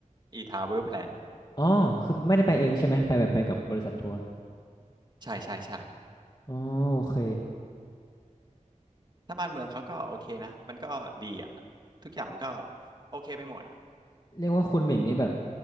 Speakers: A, on the right; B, on the left.
A: e-travel plan อะ
B: อ๋อคือไม่ได้ไปเองใช่ไหมไปแบบไปกับบริษัททัวร์
A: ใช่ใช่ใช่
B: อ๋อโอเค
A: ถ้าบ้านเมืองเขาก็โอเคนะมันก็ดีอ่ะทุกอย่างมันก็โอเคไปหมดอ่ะ
B: เรียกว่าคุณเหม่งนี่แบบ